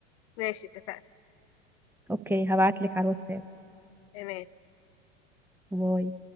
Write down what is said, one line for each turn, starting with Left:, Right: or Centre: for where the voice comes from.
Left: ماشي اتفقنا
Centre: اوكي هبعتلك على الواتساب
Left: تمام
Centre: باي